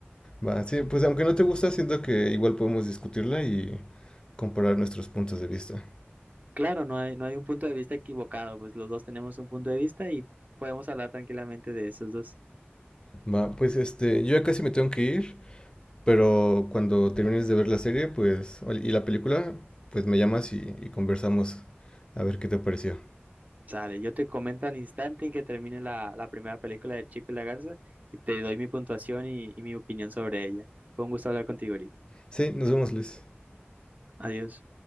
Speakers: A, on the left; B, on the right.
A: Va, sí, pues aunque no te gusta, siento que igual podemos discutirla y comparar nuestros puntos de vista.
B: Claro, no hay, no hay un punto de vista equivocado, pues los dos tenemos un punto de vista y podemos hablar tranquilamente de esos dos.
A: Va, pues este, yo ya casi me tengo que ir, pero cuando termines de ver la serie, pues, o- y la película, pues me llamas y, y conversamos a ver qué te pareció.
B: Sale, yo te comento al instante en que termine la, la primera película de Chico y la Garza y te doy mi puntuación y, y mi opinión sobre ella. Fue un gusto hablar contigo, Eric.
A: Sí, nos vemos, Luis.
B: Adiós.